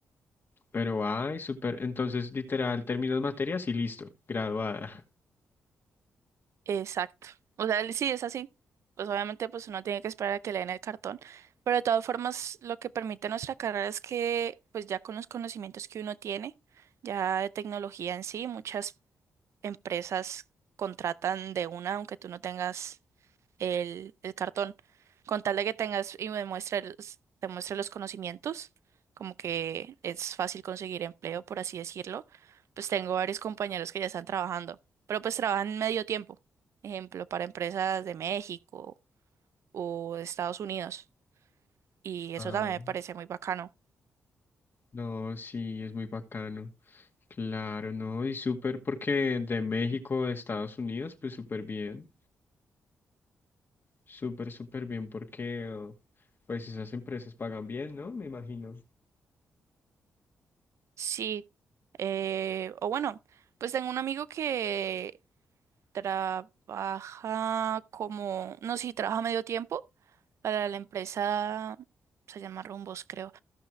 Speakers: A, on the left; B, on the right.
A: Pero, ay, súper. Entonces, literal, terminas materias y listo, graduada.
B: Exacto. O sea, sí, es así. Pues obviamente pues uno tiene que esperar a que le den el cartón. Pero de todas formas, lo que permite nuestra carrera es que pues ya con los conocimientos que uno tiene, ya de tecnología en sí, muchas empresas contratan de una, aunque tú no tengas el, el cartón, con tal de que tengas y me muestre los- te muestre los conocimientos, como que es fácil conseguir empleo, por así decirlo, pues tengo varios compañeros que ya están trabajando, pero pues trabajan medio tiempo, ejemplo, para empresas de México o de Estados Unidos, y eso
A: Ah,
B: también me parece muy bacano.
A: No, sí, es muy bacano. Claro, no, y súper porque de México a Estados Unidos, pues súper bien. Súper, súper bien porque, oh, pues esas empresas pagan bien, ¿no? Me imagino.
B: Sí, eh, o bueno, pues tengo un amigo que trabaja como, no, sí, trabaja medio tiempo para la empresa, se llama Rumbos, creo.